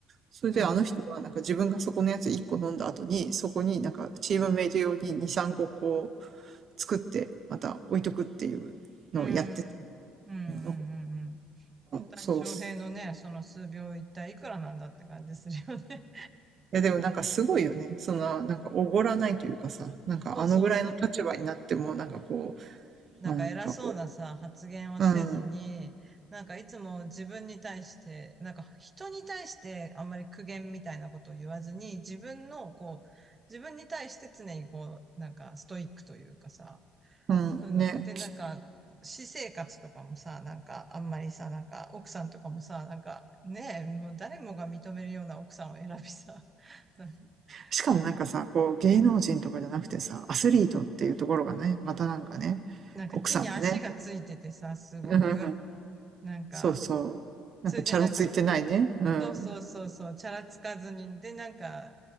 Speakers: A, on the right; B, on the right.
A: それであの人がなんか自分がそこのやつ1個飲んだ後に、
B: うん。
A: そこになんかチームメイト用に2、3個ここう作って、また置いとくっていうのをやってて、
B: うん。うんうんうんうん。
A: なんか、
B: 大谷翔平のね、
A: そうっす。
B: その数秒一体いくらなんだって感じするよね。
A: いやでもなんかすごいよね。その、なんかおごらないというかさ、
B: <laughs>
A: なんかあのぐらいの立場になってもなんかこう、
B: そうそうそうそう。なんか偉そうなさ、
A: まあなんかこ
B: 発言をせずに、
A: う、うん、
B: なんかいつも自分に対して、なんか人に対してあんまり苦言みたいなことを言わずに、自分のこう、自分に対して常にこう、なんかストイックというかさ、
A: うん、
B: そういうのが。
A: ね。
B: で、
A: <laughs>
B: なんか、私生活とかもさ、なんか、あんまりさ、なんか、奥さんとかもさ、なんか、ねえ、もう誰もが認めるような奥さんを選びさ、<laughs> なんか、
A: しかもなんかさ、
B: なんか、
A: こう芸能人とかじゃなくてさ、アスリートっていうところがね、
B: うん
A: またなんかね、
B: なんか地に足がついててさ、
A: 奥さんがね、
B: すごく、
A: <laughs>
B: なんか、
A: そうそう。なんかチャラついてないね。
B: それでなんか、
A: うん。
B: そうそうそうそう、チャラつかずに、で、なんか、